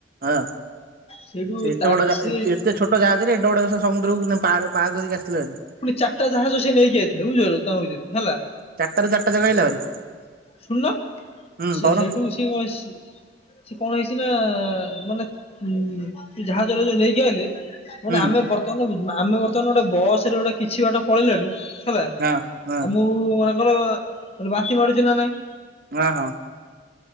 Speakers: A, on the right (about 55°); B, on the left (about 35°).
A: ଆଁ
B: ସେଇଠୁ
A: ସେ ଏତେବଡ଼
B: ତା ସିଏ
A: ଏ ଏତେ ଛୋଟ ଜାହାରେ ଏତେବଡ଼ ସମୁଦ୍ରକୁ ପାର କରିକି ଆସିିଲଣି।
B: ପୁଣି ଚାରିଟା ଜାହାଜ ସେ ନେଇକି ଆଇଥିଲେ ବୁଝିପାରୁଛ ତାଙ୍କ ଭିତରେ ହେଲା।
A: ଚାରିଟା ରୁ ଚାରିଟା ଯାକ ଆଇଲା
B: ସେ
A: ଭାରି
B: ଶୁଣୁନ
A: ହୁଁ
B: ସେ
A: କହୁନ
B: ସେଇଠୁ ସେ ବସ୍ ସେ କଣ ହେଇଛି ନା ମାନେ ଉ ଜାହାଜରେ ଯୋଉ ନେଇକି ଆଇଲେ। ମାନେ
A: ହୁଁ
B: ଆମେ ବର୍ତ୍ତମାନ୍ ଆମେ ବର୍ତ୍ତମାନ୍ ଗୋଟେ ବସ ରେ ଗୋଟେ କିଛି ବାଟ ପଳେଇଠୁ ହେଲା
A: ହଁ ହଁ
B: ଆମକୁ ମନେକର ବାନ୍ତି ମାଡୁଚି ନା ନାଇଁ?
A: ନା ହଁ।